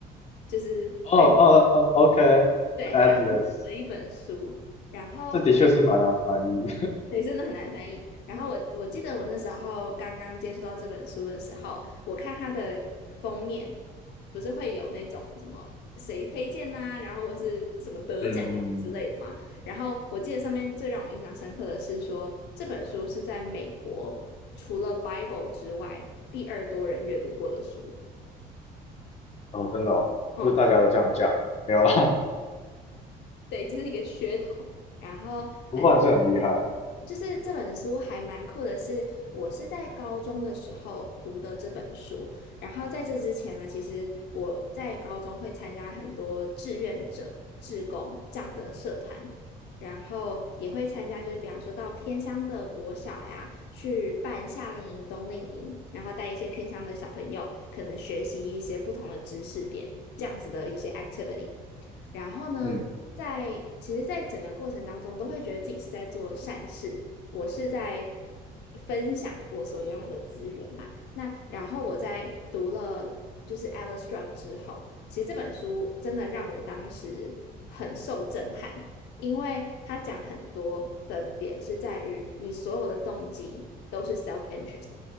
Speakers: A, on the left; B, on the left.
A: 就是还
B: <laughs> 哦哦哦，OK，Atlas，
A: 对还蛮好的一本书。然后
B: 这的确是蛮难翻译。
A: 对，真的很难翻译。然后我我记得我那时候刚刚接触到这本书的时候，我看它的封面，不是会有那种什么谁推荐呐、然后或是什么得奖啊之类的嘛。
B: <laughs> 嗯嗯，
A: 然后我记得上面最让我印象深刻的是说，这本书是在美国除了 Bible 之外第二多人阅读过的书。
B: 哦，真的哦，
A: 嗯，
B: 是不是大家都这样讲？没有啦，
A: 对，这是一个噱头。然后。
B: <laughs> 不过还是很厉害。
A: 反正。就是这本书还蛮酷的是，我是在高中的时候读的这本书。然后在这之前呢，其实我在高中会参加很多志愿者、志工这样子的社团，然后也会参加，就是比方说到偏乡的国小呀，去办夏令营、冬令营，然后带一些偏乡的小朋友，可能学习一些不同的知识点，这样子的一些 activity。然后呢，
B: 嗯，
A: 在其实，在整个过程当中，都会觉得自己是在做善事，我是在分享我所拥有的资源嘛。那然后我在读了就是 Alice Strock 之后，其实这本书真的让我当时很受震撼，因为他讲很多的点是在于你所有的动机都是 self interest。